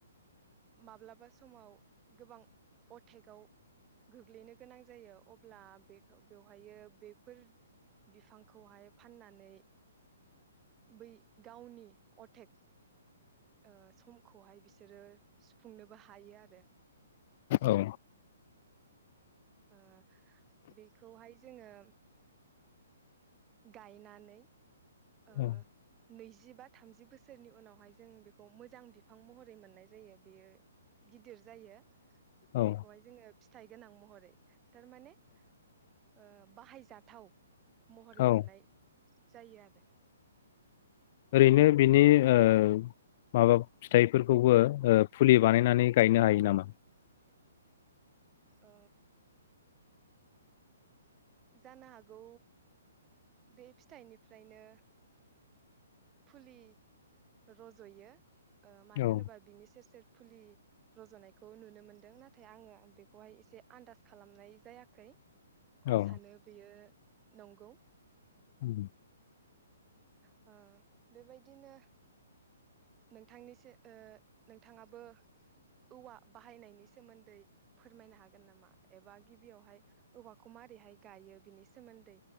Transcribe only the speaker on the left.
औ
औ
औ
औ
ओरैनो बिनि ओ माबा फिथाइफोरखौबो फुलि बानायनानै गायनो हायो नामा?
औ
औ
उम